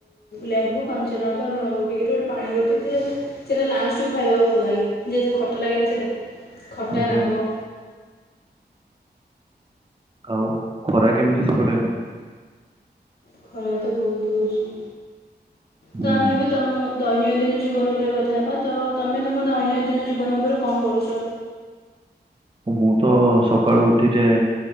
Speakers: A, on the left; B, on the right.
A: ଲେମ୍ବୁ ପା ସେ ଲଙ୍କା, ଲୁଣ ପକେଇକି ରୁ ପାଣି କରିଛି, ଯେ ସେଇଟା ଲାଷ୍ଟ୍ କୁ ଖାଇବାକୁ ଭଲ ଲାଗେ। ଯେହେ ତୁ ଖଟା ଲାଗେ ନା ସେଇଟା ଖଟା,
B: ହୁଁ ହୁଁ
A: ରାଗ।
B: ଆଉ ଖରା କେମିତି ସେପଟେ?
A: ଖରା ତ ବହୁତ୍ ହୋଉଛି।
B: ହୁଁ
A: ତ ଆମେ ବି ତମ ଦୈନିକ ଦିନ ଜୀବନ ଉପରେ କଥ ହେବ ତ, ତମେ ତମ ଦୈନିକ ଦିନ ଜୀବନ ଉପରେ କଁ କରୁଚ?
B: ମୁଁ ତ ସକାଳୁ ଉଠିଯାଏ।